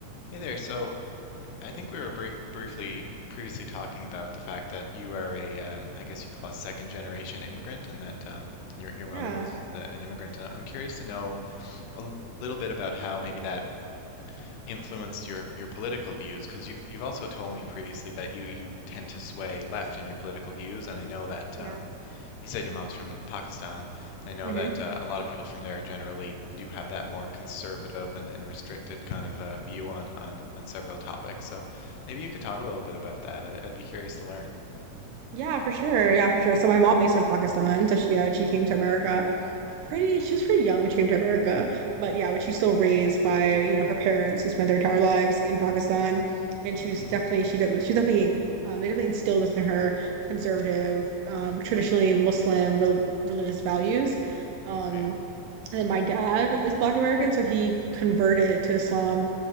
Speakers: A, on the left; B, on the right.
A: Hey there. So I think we were brief briefly previously talking about the fact that you are a, um, I guess you call a second generation immigrant, and that um, your your mother
B: Yeah,
A: was a, an immigrant. And I'm curious to know a l- little bit about how maybe that influenced your your political views, because you've you've also told me previously that you you tend to sway left in your political views, and I know that
B: yeah.
A: um, you said your mom's from Pakistan, and I know
B: hmm
A: that uh, a lot of people from there generally do have that more conservative and, and restricted kind of uh, view on, on on several topics. So maybe you could talk a little bit about that. I, I'd be curious to learn.
B: Yeah, for sure. Yeah, for sure. So my mom is from Pakistan, so she yeah, she came to America pretty she was pretty young when she came to America. But yeah, but she's still raised by, you know, her parents who spent their entire lives in Pakistan. And she
A: Mm-hmm.
B: was definitely she def she definitely um they definitely instilled within her conservative, um, traditionally Muslim rel religious values. Um,
A: Right.
B: And then my dad is Black American, so he converted to Islam